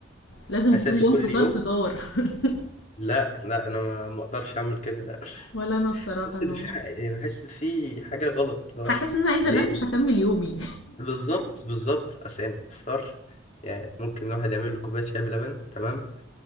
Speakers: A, on the left; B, on the left.
A: لازم
B: اساسي
A: كل يوم
B: كل
A: فطار
B: يوم
A: فطار <laughs>
B: لا لا انا ما ما اقدرش اعمل كده لا
A: ولا انا بصراحة
B: <laughs> بحس
A: انا
B: ان في حاجة يعني بحس ان في حاجة غلط اللي
A: هحس
B: هو
A: ان انا عايزة
B: ليه
A: انام مش هكمل يومي
B: بالظبط بالظبط اصل يعني الفطار يعني ممكن الواحد يعمل له كوباية شاي بلبن تمام